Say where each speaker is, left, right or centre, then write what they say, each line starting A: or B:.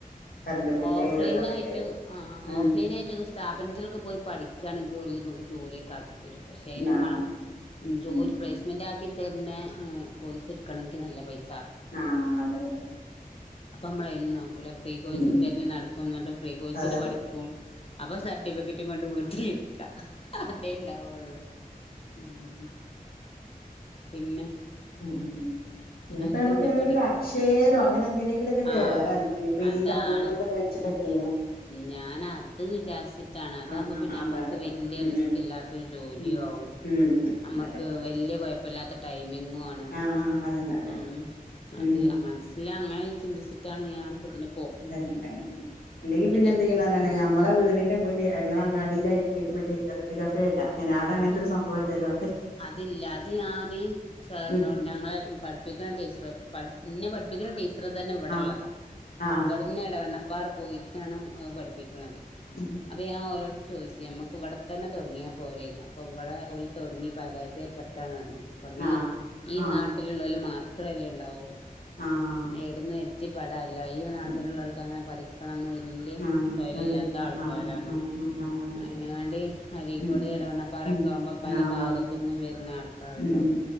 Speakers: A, on the left; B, on the left.
A: കറണ്ടും ബില്ല്
B: ഓഫലൈൻ
A: വെള്ള ബില്ല്
B: ആയിട്ട് ആ
A: ഉം
B: ഓഫലൈനായിട്ടൊക്കെ സ്ഥാപനത്തിലൊക്കെ പോയി പഠിക്കാണെങ്കിൽ ഓലമമക്ക് ജോലിയൊക്കെ ആക്കി <unintelligible> തരും പക്ഷെ അതിനും
A: ആഹ്
B: മാണം ജോലി
A: ഉം.
B: പ്ലേസ്മെന്റ് ആക്കി തരുന്ന കോയ്സ് <unintelligible> ആക്കണെങ്കി നല്ല പൈസ
A: ആഹ അതെതെ അതെ
B: അപ്പമ്മളെയ്നും നോക്കൂ, ഫ്രീ കോഴ്സും
A: ഉം ഉം
B: തെരഞ്ഞ് നടക്കും ന്നിട്ട് ഫ്രീ കോഴ്സിന്
A: അതെ അതെ.
B: പഠിക്കും അപ്പൊ സർട്ടിഫിക്കറ്റും കൊണ്ട് വീട്ടിലിരിക്ക.. അതെ ഉണ്ടാവുള്ളു. ഉം പിന്നെ
A: ഉ ഉ പിന്നപ്പ
B: അനക്കെന്ത്
A: നമക്ക് ഏതെങ്കിലും
B: പഠി
A: അക്ഷയേലോ അങ്ങനെ എന്തെ ഇതിങ്കിലെക്കെ കേറാൻ
B: ആ
A: ഇനിപ്പം
B: അതാണ്
A: ഈ കമ്പ്യൂട്ടറിന്റെ ഇത് വെച്ചിട്ടെക്കെ
B: ഞാൻ അത് വിചാരിച്ചിട്ടാണ് അതാകുമ്പോ
A: ആഹ് ആഹ്
B: പിന്നെ
A: അതെ
B: നമ്മക്ക്
A: അതെ
B: വല്യാ
A: ഉം
B: റിസ്ക് ഇല്ലാത്തൊരു ജോലിയോ
A: ഉം
B: ഒ
A: ഉം ഉം അതന്നെ
B: നമ്മക്ക്
A: അതന്നെ
B: വെല്യ കെയപ്പയില്ലാത്ത ടൈംമിങ്ങ് ണ്
A: ആഹ് ആഹ് അതന്നെ അതന്നെ
B: ഉം
A: ഉം
B: അത് മനസിലങ്ങനെ ചിന്തിച്ചിട്ടാണ് ഞാന്പ്പതിന്
A: അതന്നെതെന്നെ ഉം അല്ലെങ്കി പിന്നെന്ത്യ്യണാണ്
B: എടക്ക്
A: ഞമ്മളെ വീടിന്റെ മുന്നി ഞങ്ങള് അങ്ങാടിയിലായിട്ട് <unintelligible> മറ്റേ ഇന്റർനെറ്റ് കഫേടാ അങ്ങനെ അവിടെ അങ്ങനത്തൊരു സംഭവലല്ലോ
B: അതില്ല അത് ഞാന് സാറ്നോട്
A: ഉം
B: ഞങ്ങളെ പഠിപ്പിക്ക്ണ ടീച്ചർ പഠി ഇന്നെ പഠിപ്പിക്ക്ണ ടീച്ചറ് തന്നെ ഇവടെള്ളതാ
A: ആഹ് ആഹ്
B: ഇവിട്ന്ന് എടവണ്ണ ഇപ്പാറെ പോയിറ്റാണ് പഠിപ്പിക്ക്ണത്
A: ഉം
B: അപ്പ ഞാൻ ഓലോട് ചോയിച്ച് ഞമ്മക്ക് ഇവടെത്തന്നെ തൊടങ്ങിയാപോരേന്ന് അപ്പൊ ഇവടെ ഓല് തൊടങ്ങി പരാജയ പെട്ടാണറ്ഞ്ഞ് ഇബട്ന്ന്
A: ആഹ്
B: ഈ
A: ആഹ്
B: നാട്ടില്ള്ളൊല് മാത്രല്ലേ ഇണ്ടാവൊള്ളൂ
A: ആഹ്
B: ഏട്ന്ന് എത്തി പെടാലോ ഈ നാട്ടിലുള്ളവൾക്ക്
A: ഉം
B: അങ്ങനെ പഠിക്കണംമെന്ന് ഇ വല്യ
A: ആഹ്
B: സ്വയില ഇല്ലാത്ത
A: അതില്ല
B: ആൾക്കാരാണ്
A: ആഹ് ഉം ഉം ഉം ആഹ് അതെ
B: അയിന്
A: അതെ അതെ
B: വേണ്ടി അരീക്കോട്
A: ഉം
B: എടവണ്ണപ്പാ പറെക്ക
A: ഉം ഉം
B: ആകുമ്പം പല
A: ആഹ്
B: ബാഗത്തു
A: വന്ന്
B: നിന്നും വെരുന്ന ആൾക്കാര്
A: ഉം
B: ഉണ്ടാവും
A: ഉം